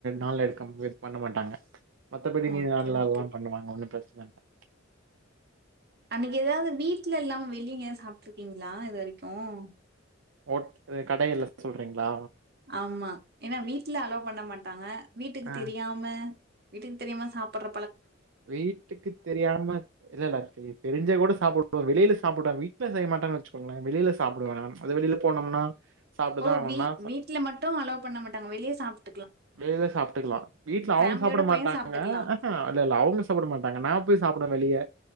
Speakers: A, on the right; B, on the right.
A: நாள்ல எடுக்க இது பண்ண மாட்டாங்க மத்தபடி மீன்
B: ஓகே
A: ல
B: ஓகே
A: தான் பண்ணுவாங்க ஒன்னும் பிரச்சனை <inaudible>
B: அன்னைக்கு ஏதாவது வீட்டுல இல்லாம வெளியங்கயது சாப்பிட்டு இருக்கீங்களா இது வரைக்கு ஹம்
A: ஓ கடைல சொல்றீங்களா
B: ஆமா ஏன்னா வீட்டுல அலவ் பண்ண மாட்டாங்க வீட்டுக்கு
A: ஆ
B: தெரியாம வீட்டுக்கு தெரியாமா சாப்பிடற
A: வீட்டுக்கு தெரியாம இல்ல இல்ல தெரிஞ்ச கூட சாப்பிடுவோம் வெளியில சாப்பிடுன் வீ செய்ய மாட்டங்கனு வச்சுக்கோங்களேன் வெளியில சாப்படுவேன் அது வெளில போனோம்னா சாப்பிட்டு
B: ஓ
A: தான்
B: வ
A: ஆகணும்னா,
B: வீட்ல மட்டும் அலோவ் பண்ண ம ங்க வெளிய சாப்ட்
A: வெள சாப்பிட்டுக்கலாம் வீட்டுல
B: ஃபேமிலியோட
A: அவங்க சாப்பிட
B: போயும்
A: மாட்டாங்க
B: சாப்ட்டுக்கலாம்.
A: ஆஹ இல்ல இல்ல அவங்க சாப்பிட மாட்டாங்க நான் போய் சாப்பிடவேன் வெளியே